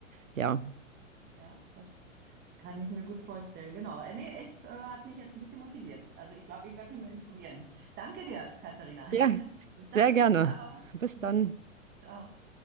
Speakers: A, on the right; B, on the right.
A: ja,
B: ja, das Kann ich mir gut vorstellen. Genau. Äh, Nee, echt, äh, hat mich jetzt ein bisschen motiviert. Also ich glaube, ich werde mich mal informieren. Danke dir, Katharina.
A: ja,
B: <laughs> Bis dann.
A: sehr gerne.
B: Ciao.
A: Bis dann.
B: Ciao.